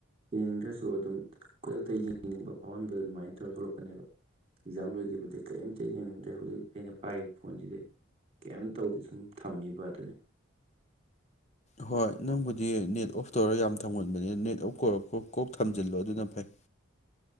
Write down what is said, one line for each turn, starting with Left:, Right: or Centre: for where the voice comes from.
Right: ꯌꯦꯡꯅꯤꯡꯗ꯭ꯔꯁꯨ ꯑꯗꯨꯝ ꯈꯨꯗꯛꯇ ꯌꯦꯡꯅꯤꯡꯕ ꯐꯥꯎꯍꯟꯕꯗ ꯑꯗꯨꯃꯥꯏꯅ ꯇꯧꯔꯒ ꯊꯣꯛꯂꯛꯀꯅꯦꯕ ꯑꯦꯛꯖꯥꯝ ꯂꯣꯏꯈꯤꯕꯗ ꯀꯔꯤꯝꯇ ꯌꯦꯡꯅꯤꯡꯗ꯭ꯔꯦ ꯍꯧꯖꯤꯛ ꯑꯩꯅ ꯄꯥꯏꯔꯤꯕ ꯐꯣꯟꯁꯤꯗꯤ ꯀꯔꯤꯝ ꯇꯧꯗꯦ ꯁꯝ ꯊꯝꯃꯤꯕ ꯑꯗꯨꯅꯤ
Left: ꯍꯣꯏ ꯅꯪꯕꯨꯗꯤ ꯅꯦꯠ ꯑꯣꯐ ꯇꯧꯔ ꯌꯥꯝ ꯊꯝꯒꯟꯕꯅꯦ ꯅꯦꯠ ꯑꯣꯐ ꯀꯧ ꯀꯣꯛ ꯊꯝꯖꯤꯜꯂꯣ ꯑꯗꯨꯅ ꯐꯩ